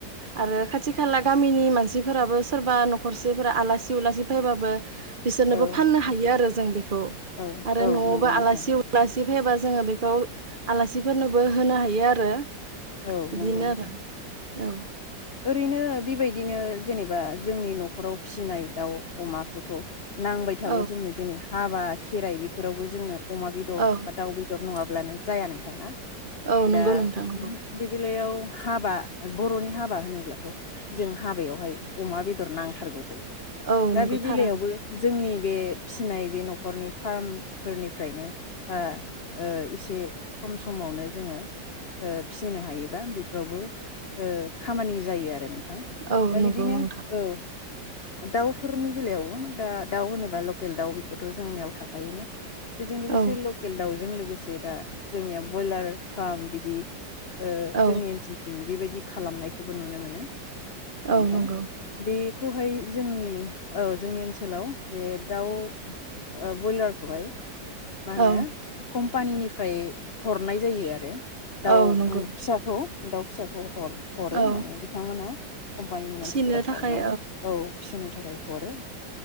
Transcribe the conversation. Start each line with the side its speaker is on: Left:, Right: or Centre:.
Right: आरो खाथि खाला गामिनि मानसिफोराबो सोरबा न'खरसेफोरा आलासि उलासि फैबाबो बिसोरनोबो
Left: औ
Right: फाननो हायो आरो जों बेखौ <unintelligible>
Left: औ
Right: आरो
Left: औ
Right: न'आवबो
Left: नंगौ नोंथां
Right: आलासि उलासि सि फैबा जोङो बेखौ आलासिफोरनोबो होनो हायो आरो
Left: औ
Right: बिदिनो
Left: नंगौ नोंथां
Right: आरो औ
Left: ओरैनो बेबायदिनो जेनेबा जोंनि न'खराव फिसिनाय दाउ अमाखौथ' नांबाय थागौ
Right: औ
Left: जोंनो जेने हाबा खेराइ बेफोरावबो जोंनो अमा बेदर
Right: औ
Left: बा दाउ बेदर नङाबा अब्लानो जाया नोंथांना
Right: औ
Left: दा
Right: नंगौ नोंथां नंगौ
Left: बे बेलायाव हाबा बर'नि हाबा होनोब्लाथ' जों हाबायावहाय अमा बेदर नांथारगौ जायो
Right: औ
Left: दा
Right: नंगौ
Left: बे
Right: थारानो
Left: बेलायावबो जोंनि बे फिसिनाय बे न'खरनि फार्मफोरनिफ्रायनो ओ ओ एसे खम समावनो जोङो ओ फिसिनो हायोबा बेफोरावबो ओ खामानि जायो आरो थां
Right: औ
Left: दा
Right: नंगौ
Left: बिदिनो
Right: नोंथां
Left: औ दाउफोरनि बेलायाव दा दाउ होनोबा लकेल दाउ बेखौथ' जोंनियाव थाखोयोनो बेजों लोगोसे
Right: औ
Left: लकेल दाउजों लोगोस बे दा जोंनिया ब्रयलार फार्म बिदि ओ
Right: औ
Left: जोंनि ओनसोलथिं बेबाय बिदि खालामनायखौबो नुनो मोनो।
Right: औ
Left: नोंथां
Right: नंगौ
Left: बेखौहाय जोंनि औ जोंनि ओनसोलाव बे दाउ ब्रयलारखौहाय मा
Right: औ
Left: होनो खम पानिनिफ्राय हरनाय जायो आरो
Right: औ
Left: दाउ फिसाखौ
Right: नंगौ
Left: दाउ फिसाखौ हर-हरो
Right: औ
Left: माने बिथांमोना कम्पानिनि
Right: फिसिनो
Left: मानसिफोरा
Right: थाखाय
Left: हरनानै औ फिसिनो थाखाय हरो